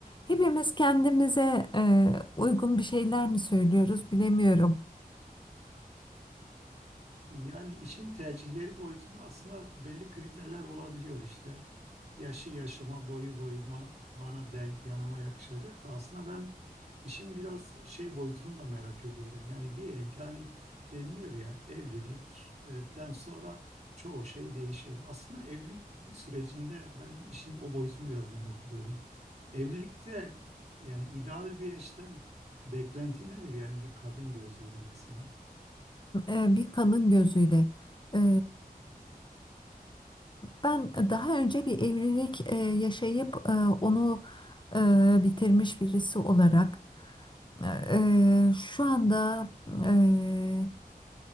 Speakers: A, on the left; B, on the right.
A: hepimiz kendimize e, uygun bir şeyler mi söylüyoruz, bilemiyorum.
B: Yani işin tercihleri boyutunda aslında belli kriterler olabiliyor işte. Yaşı yaşıma, boyu boyuma, bana denk, yanıma yakışacak da aslında ben işin biraz şey boyutunu da merak ediyorum. Yani diyelim ki hani deniliyor ya evlilikten sonra çoğu şey değişiyor. Aslında evlilik sürecinde ben işin o boyutunu biraz merak ediyorum. Evlilikte yani ideal bir eşten beklenti nedir? Yani bir kadın gözüyle mesela.
A: E, bir kadın gözüyle. E, Ben daha önce bir evlilik e, yaşayıp e, onu e, bitirmiş birisi olarak e, e, şu anda e,